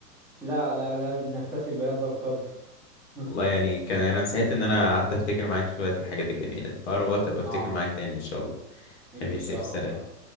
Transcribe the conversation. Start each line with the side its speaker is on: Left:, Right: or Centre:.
Centre: لا لا لا نكتفي بهذا القدر <laughs>
Left: والله يعني كان انا سعيد ان انا قعدت افتكر معاك شوية الحاجات الجميلة دي فأقرب وقت ابقى افتكر
Centre: آه
Left: معاك تاني ان شاء الله
Centre: إن
Left: حبيبي يا
Centre: شاء
Left: سيف سلام
Centre: الله